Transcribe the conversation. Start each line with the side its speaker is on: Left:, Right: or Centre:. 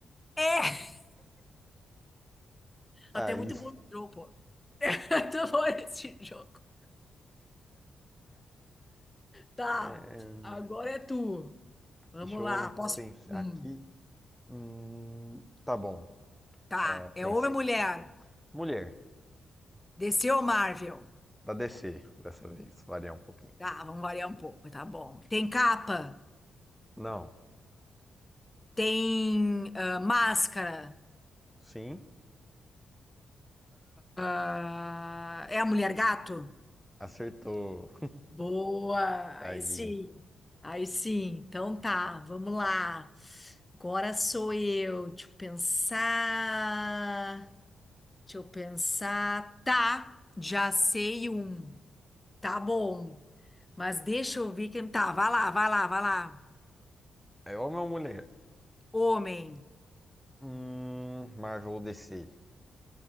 Left: É!
Centre: Aí,
Left: Até muito bom jogo, pô. <laughs> Muito bom esse jogo. Tá,
Centre: <laughs> é,
Left: agora é tu. Vamos
Centre: deixa eu
Left: lá, posso.
Centre: pensar
Left: hum,
Centre: aqui. Hum, tá bom.
Left: Tá,
Centre: É, pensei.
Left: é homem ou mulher?
Centre: Mulher,
Left: DC ou Marvel?
Centre: da DC, dessa vez, variar um pouquinho.
Left: Tá, vamos variar um pouco, tá bom. Tem capa?
Centre: Não,
Left: Tem ah, máscara?
Centre: sim,
Left: Ah, é a mulher gato?
Centre: acertou.
Left: boa,
Centre: Aí,
Left: aí sim, aí sim. Então tá, vamos lá. Agora sou eu. Deixa eu pensar. Deixa eu pensar. Tá, Já sei um. Tá bom. Mas deixa eu ver quem tá. Vai lá, vai lá, vai lá.
Centre: é homem ou mulher?
Left: Homem.
Centre: Hum, Marvel ou DC?